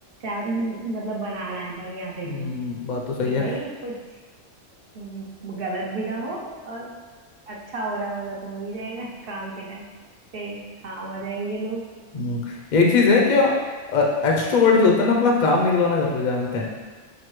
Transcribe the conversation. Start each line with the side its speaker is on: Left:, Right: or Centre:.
Right: मतलब बनाना है बढ़िया से
Left: हम्म
Right: एकदम
Left: बात
Right: कि
Left: तो सही
Right: भाई
Left: है
Right: कुछ हम्म, गलत भी ना हो और अच्छा हो रहा होगा तो हो ही जाएगा <laughs> काम के टाइम पे काम आ जाएंगे लोग
Left: हम्म एक चीज़ है क्या एक्सट्रोवर्ट जो होते हैं ना अपना काम निकलवाना जरूर जानते हैं